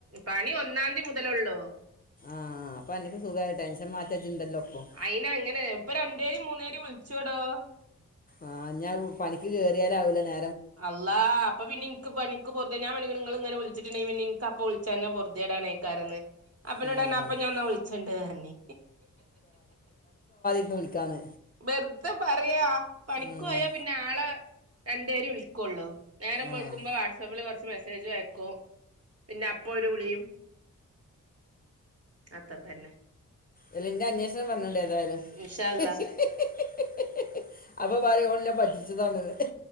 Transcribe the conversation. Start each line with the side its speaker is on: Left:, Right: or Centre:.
Right: പണി ഒന്നാതീ മുതലുള്ളൂ
Left: ആഹ് അപ്പൊ അനിക്ക് സുഖവായ് ടെൻഷൻ മാറ്റാ ഇജ്ജ് ഉണ്ടല്ലോ ഇപ്പം
Right: അയിന് അങ്ങനെ ഇപ്പ രണ്ടുര് മൂന്നേര് വിളിച്ചോടോ
Left: ആഹ് ഞാ പണിക്ക് കേയറിയ രാവിലെന്നെ
Right: അള്ളാ അപ്പൊ പിന്നെ എനിക്ക് എനിക്ക് പുറതെ ഞാൻ നി ഇങ്ങനെ വിളിച്ചിട്ടുണ്ടെങ്കിൽ പിന്നെ എപ്പൊളിച്ചാഴഞ്ഞാെറുതെടാണ് കേക്കാരന്ന് അപ്പനോട്
Left: അപ്പളോടാണ്
Right: അപ്പൊ ഞാൻന്നാ വിളിച്ചണ്ട് പറഞ്ഞി
Left: വിളിക്കാണ്
Right: വെറുതെ പറയാ പണിക്ക്
Left: ഉം
Right: പോയാ പിന്നെ ആളെ രണ്ടു പേര് വിളിക്കള്ളോ നേരം വെളുക്കുമ്പോ
Left: ആഹ്
Right: വാട്സആപ്പിൽ കുറച്ച് മെസേജ് ആയക്കും ക്കും പിന്നെ അപ്പൊ ഒരു വിളിയും അത്ര തന്നെ
Left: ഇ എന്റെ അന്വേഷണം പറഞ്ഞണ്ട്
Right: ഇൻഷാ അള്ളാ
Left: <unintelligible> അപ്പൊ പറയും ഓള് ന്നെ പറ്റിച്ചതാണത്